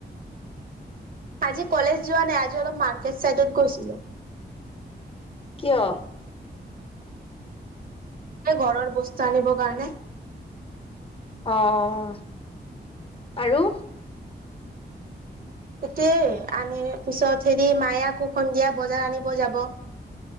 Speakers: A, on the right; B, on the left.
A: আজি কলেজ যোৱা নাই আজি অলপ মাৰ্কেট চাইডত গৈছিলোঁ।
B: কিয়?
A: এই ঘৰৰ বস্তু আনিব কাৰণে।
B: অ', আৰু?
A: তাকেই আনি পিছত হেৰি মায় আকৌ সন্ধিয়া বজাৰ আনিব যাব। <inaudible>